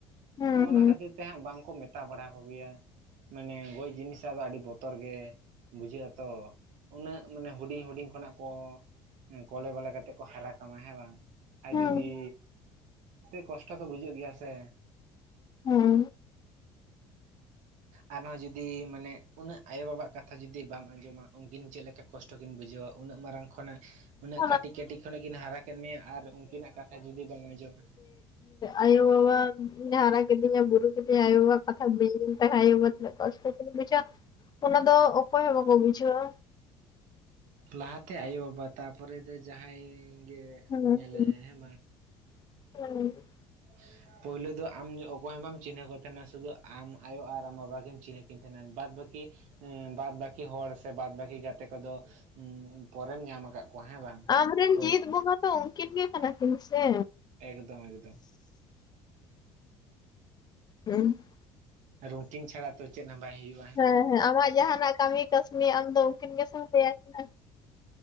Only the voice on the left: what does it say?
ᱦᱩᱸ
ᱦᱩᱸ
ᱩᱸ
<unintelligible>
ᱟᱭᱳ ᱵᱟᱵᱟ ᱦᱟᱨᱟ ᱠᱤᱫᱤᱧᱟ ᱵᱩᱨᱩ ᱠᱤᱫ ᱡᱮ ᱟᱭᱳ ᱵᱟᱵᱟ ᱠᱟᱛᱷᱟ ᱵᱟᱹᱧ ᱟᱸᱡᱚᱢ ᱞᱮᱛᱟᱭ ᱠᱷᱟᱡ ᱛᱤᱱᱟᱹᱜ ᱠᱚᱥᱴᱚ ᱠᱤᱱ ᱵᱩᱡᱟ ᱚᱱᱟ ᱫᱚ ᱚᱠᱚᱭ ᱦᱚ ᱵᱟᱠᱚ ᱵᱩᱡᱷᱟᱹᱣᱟ
<unintelligible>
ᱟᱢ ᱨᱮᱱ
ᱡᱤᱛ ᱵᱚᱸᱜᱟ ᱛᱚ ᱩᱱᱠᱤᱱ ᱜᱮ ᱠᱟᱱᱟ ᱠᱤᱱ ᱥᱮ
<unintelligible>
ᱦᱮᱸ ᱦᱮᱸ ᱟᱢᱟᱜ ᱡᱟᱦᱟᱸᱱᱟᱜ ᱠᱟᱹᱢᱤ ᱠᱟᱹᱥᱱᱤ ᱟᱢ ᱫᱚ ᱩᱱᱠᱤᱱ ᱜᱮᱥᱮᱢ ᱞᱟᱹᱭ ᱟᱠᱤᱱᱟ